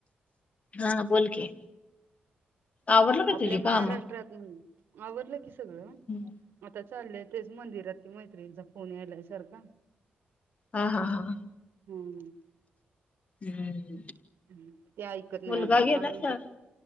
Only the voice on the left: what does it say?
हा बोल की. आवरलं का
तुझी
कामं?
हम्म.
हा हा हा.
हम्म.
मुलगा
गेला
शाळेत?